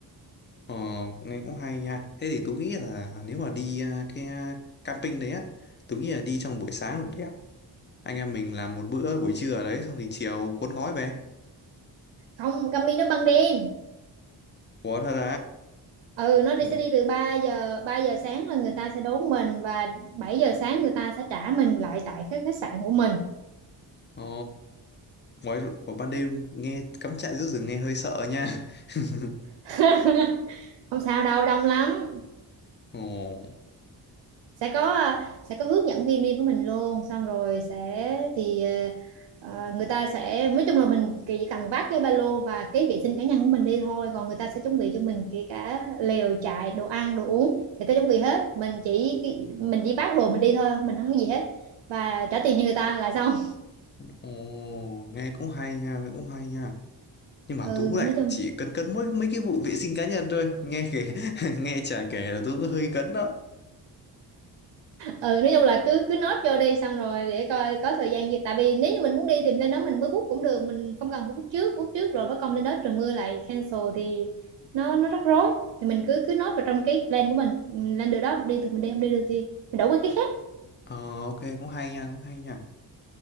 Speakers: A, on the left; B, on the right.
A: ồ nghe cũng hay nha. Thế thì tôi nghĩ là nếu mà đi à, cái à, camping đấy á, tôi nghĩ là đi trong buổi sáng là đẹp. Anh em mình làm một bữa buổi trưa ở đấy xong thì chiều cuốn gói về.
B: không Cami nó ban đêm
A: Ủa thật
B: ừ nó đi
A: à?
B: sẽ đi từ ba giờ ba giờ sáng là người ta sẽ đón mình và 7 giờ sáng người ta sẽ trả mình lại tại khách khách sạn của mình
A: Ồ, ngoài, vào ban đêm nghe cắm trại giữa rừng nghe hơi sợ nha. <laughs>
B: <laughs> không sao đâu đông lắm
A: Ồ,
B: sẽ có à, sẽ có hướng dẫn viên đi với mình luôn xong rồi sẽ thì à, người ta sẽ nói chung là mình chỉ cần vác cái ba lô và cái vệ sinh cá nhân của mình đi thôi còn người ta sẽ chuẩn bị cho mình kể cả lều trại đồ ăn đồ uống người ta chuẩn bị hết mình chỉ mình chỉ vác đồ mình đi thôi mình không có gì hết và trả tiền cho người ta là xong
A: ồ, nghe cũng hay nha, nghe cũng hay nha. Nhưng mà
B: ừ
A: Tú lại
B: nói chung
A: chỉ cấn cấn mỗi mấy cái vụ vệ sinh cá nhân thôi. Nghe kể, <laughs> nghe chả kể là Tú cũng hơi cấn đó.
B: ừ nói chung là cứ cứ nốt vô đi xong rồi để coi có thời gian gì tại vì nếu như mình muốn đi thì lên đó mình mới book cũng được mình không cần phải book trước book trước rồi bắt công lên đó trời mưa lại cancel thì nó nó rắc rối thì mình cứ cứ nốt vào trong cái plan của mình Ừ, lên được đó đi thì mình đi không đi được thì mình đổi qua cái khác
A: Ờ, ok, cũng hay nha, cũng hay nha.